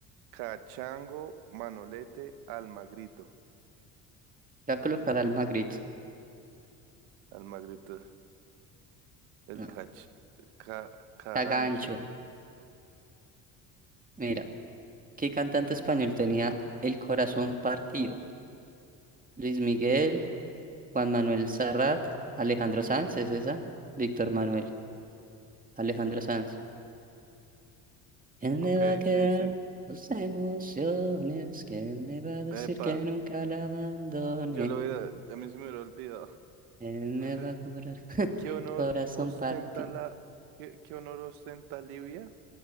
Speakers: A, on the right; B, on the right.
A: Cachango, Manolete, Almagrito.
B: Voy a colocar al Magrito.
A: Almagrito.
B: No,
A: El cach, ca, Cagancho.
B: Cagancho. Mira, ¿qué cantante español tenía el corazón partido? Luis Miguel, Juan Manuel Serrat, Alejandro Sanz, ¿es esa? Víctor Manuel, Alejandro Sanz. ¿Quién
A: Ok,
B: me va a quedar
A: sí, sí.
B: tus emociones? ¿Quién me va a decir
A: Epa,
B: que nunca la abandonen?
A: yo lo hubiera, a mí se me hubiera olvidado.
B: ¿Quién
A: <laughs>
B: me va a curar <laughs>
A: ¿Qué honor
B: corazón
A: ostenta
B: partido?
A: la, qué, qué honor ostenta Libia?